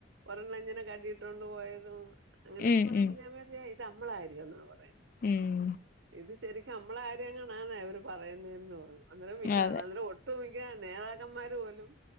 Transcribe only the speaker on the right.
ഒരെണ്ണം ഇങ്ങനെ കഴുകി ഇട്ടോണ്ട് പോയതും അങ്ങനെയൊക്കെ
പറയുമ്പോൾ
ഞാൻ വിചാരിച്ചു ഇത് നമ്മളാരിക്കൂന്നാ പറയുന്നേ
ഇത് ശരിക്കും നമ്മടെ കാര്യം എങ്ങാനും ആണോ അവര് പറയുന്നേന്ന് തോന്നും അന്നേരം മിക്കവാ
അന്നേരം ഒ ഒട്ട് മിക്ക നേതാക്കന്മാര് പോലും